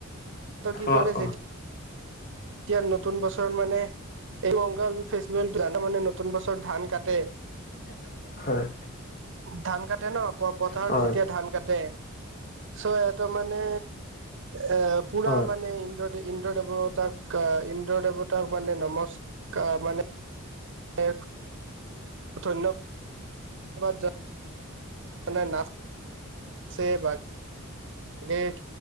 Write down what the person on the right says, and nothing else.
ত কি
কৰে
যে এতিয়া নতুন বছৰ মানে এই বংগাল ফেষ্টিভেল জানা মানে নতুন বছৰ ধান কাটে
ধান কাটে ন পথাৰত
যেতিয়া ধান কাটে চ' এটো মানে এ পুৰা
মানে ইন্দ্ৰ দে ইন্দ্ৰ দেৱতাক ইন্দ্ৰ দেৱতাক মানে নমস ক মানে এক ধন্য বাদ জনাই মানে না ছে ভ হয় দে